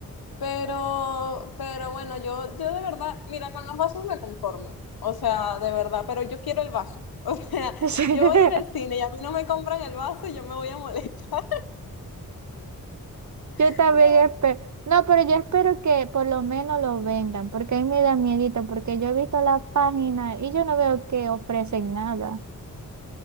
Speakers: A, on the left; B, on the right.
A: Pero, pero bueno, yo, yo de verdad, mira, con los vasos me conformo. O sea, de verdad, pero yo quiero el vaso. <laughs> O sea,
B: <laughs>
A: yo voy a ir al cine y a mí no me compran el vaso y yo me voy a molestar.
B: Yo
A: <laughs>
B: también
A: Me voy-
B: espero. No, pero yo espero que por lo menos lo vendan, porque a mí me da miedito, porque yo he visto la página y yo no veo que ofrecen nada.